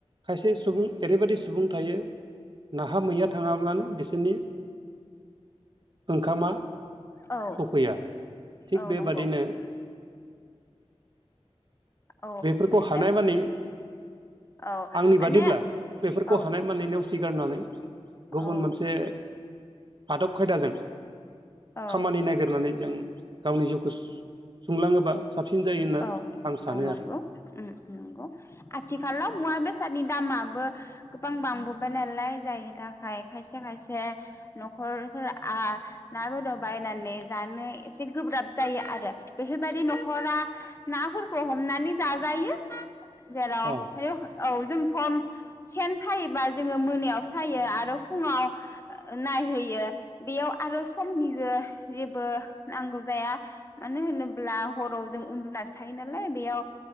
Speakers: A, on the right; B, on the left.
A: खायसे सुबुं ओरैबायदि सुबुं थायो नाहा मैया थाङाब्लानो बिसोरनि ओंखामा
B: औ
A: सफैया थिग
B: औ
A: बेबादिनो
B: नंगौ औ माने
A: बेफोरखौ हानाय माने
B: औ
A: आंनि
B: माने
A: बादिब्ला बेफोरखौ
B: औ
A: हानाय माने नेवसिगारनानै
B: औ
A: गुबुन मोनसे आदब खायदाजों
B: औ
A: खामानि नागिरनानै जों गावनि जिउखौ सुंलाङोबा साबसिन जायो होन्ना
B: औ
A: आं
B: औ
A: सानो
B: नंगौ
A: आरो‌
B: उम नंगौ आथिखााल मुवा बे बेसादनि दामाबो गोबां बांबोबाय नालाय जायनि थाखाय खायसे खायसे न'खरफोरा आ ना बेदर बायनानै जानो एसे गोब्राब जायो आरो बेफोरबायदि न'खरा नाफोरखौ हमनानै जाजायो। जेराव
A: औ
B: ह औ जों सम सेन सायोबा जोङो मोनायाव सायो आरो फुङाव नायहोयो बेयाव आरो समनिबो जेबो नांगौ जाया मानो होनोब्ला हराव जों उन्दुनासो थायो नालाय बेयाव